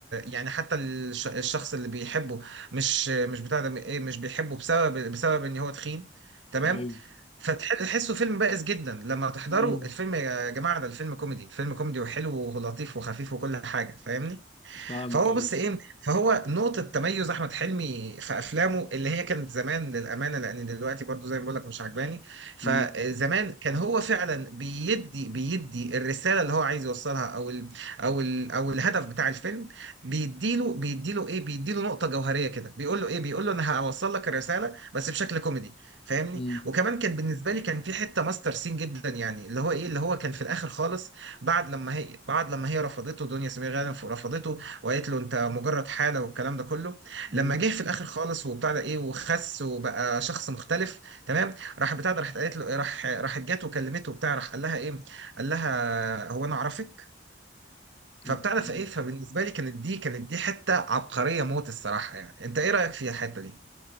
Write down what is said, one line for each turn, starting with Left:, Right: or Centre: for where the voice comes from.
Right: يعني حتى الش... الشخص اللي بيحبه مش مش بتاع ده ايه مش بيحبه بسبب بسبب ان هو تخين تمام
Left: مم.
Right: فتحسه فيلم بائس جدا لما تحضره
Left: مم.
Right: الفيلم يا جماعة ده الفيلم كوميدي فيلم كوميدي وحلو ولطيف وخفيف وكل حاجة فاهمني
Left: فاهمك
Right: فهو
Left: ايوه
Right: بص ايه فهو نقطة تميز احمد حلمي في افلامه اللي هي كانت زمان للامانة لان دلوقتي برضو زي ما بقول لك مش عجباني فزمان
Left: مم.
Right: كان هو فعلا بيدي بيدي الرسالة اللي هو عايز يوصلها او ال او ال او الهدف بتاع الفيلم بيديله بيديله ايه بيديله نقطة جوهرية كده بيقول له ايه بيقول له انا هوصل لك الرسالة بس بشكل كوميدي فاهمني
Left: مم.
Right: وكمان كان بالنسبة لي كان في حتة ماستر سين جدا يعني اللي هو ايه اللي هو كان في الاخر خالص بعد لما هي بعد لما هي رفضته دنيا سمير غانم رفضته وقالت له انت مجرد حاله والكلام ده كله
Left: مم.
Right: لما جه في الاخر خالص وبتاع ده ايه وخس وبقى شخص مختلف تمام راح بتاع ده راحت قالت له ايه راح راحت جات وكلمته وبتاع راح قال لها ايه قال لها هو انا اعرفك فبتاع
Left: أوكي.
Right: ده فايه فبالنسبه لي كانت دي كانت دي حته عبقريه موت الصراحه يعني انت ايه رايك فيها الحته دي